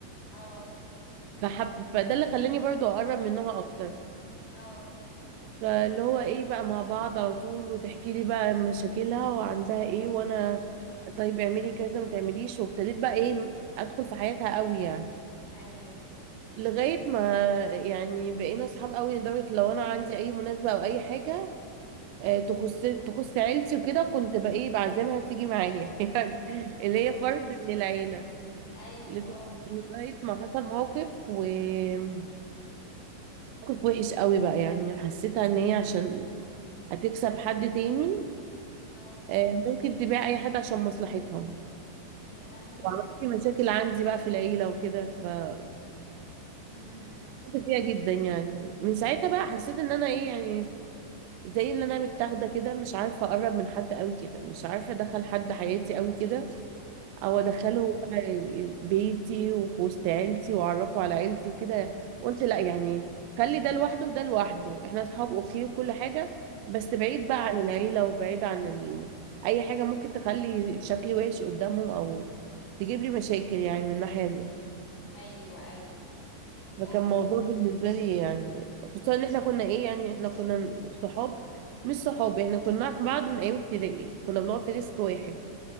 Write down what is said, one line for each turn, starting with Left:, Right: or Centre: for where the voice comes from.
Left: اه
Right: فحب... فده اللي خلاني برضو أقرب منها أكتر
Left: اه
Right: فاللي هو إيه بقى مع بعض على طول وتحكي لي بقى مشاكلها وعندها إيه وأنا طيب اعملي كذا ما تعمليش وابتديت بقى إيه أدخل في حياتها قوي يعني
Left: ايوه
Right: لغاية ما يعني بقينا أصحاب قوي لدرجة لو أنا عندي أي مناسبة أو أي حاجة آه، تخص تخص عيلتي وكده كنت بقى ايه بعزمها تيجي معايا <laughs> يعني اللي
Left: ما
Right: هي
Left: شاء-
Right: فرد من العيلة
Left: الله. ايوه
Right: لد-
Left: اه
Right: لغاية ما حصل موقف وموقف وحش قوي بقى يعني حسيتها ان هي عشان هتكسب حد تاني
Left: اه
Right: آه، ممكن تبيع اي حد عشان مصلحتها
Left: يا لهوي
Right: وعملت مشاكل عندي بقى في العيلة وكده فاستغربت
Left: امم
Right: فيها جدا يعني من ساعتها بقى حسيت ان انا ايه يعني زي اللي انا متاخده كده مش عارفه اقرب من حد قوي كده مش عارفه ادخل حد حياتي قوي كده او ادخله
Left: اه
Right: بقى بيتي وفي وسط عيلتي واعرفه على عيلتي وكده قلت لا يعني خلي ده لوحده وده لوحده احنا اصحاب اوكي وكل حاجة بس بعيد بقى عن العيلة وبعيد عن ال... اي حاجة ممكن تخلي شكلي وحش قدامهم او تجيب لي مشاكل يعني من الناحية دي
Left: ايوه ايوه لا
Right: فكان
Left: بصي
Right: موضوع بالنسبة لي يعني خصوصا ان احنا كنا ايه يعني احنا كنا صحاب مش صحاب احنا كنا نعرف بعض من ايام ابتدائي كنا بنقعد في ديسك واحد